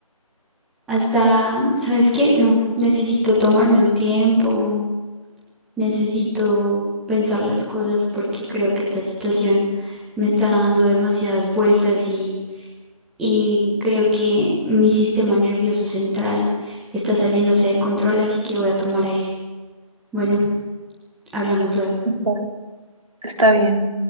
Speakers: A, in the centre; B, on the right (about 65°).
A: Hasta, ¿sabes qué? No, necesito tomarme un tiempo, Necesito pensar las cosas porque creo que esta situación me está dando demasiadas vueltas y, y creo que mi sistema nervioso central está saliéndose de control, así que voy a tomar aire. Bueno, hablamos luego.
B: Exacto. Está bien.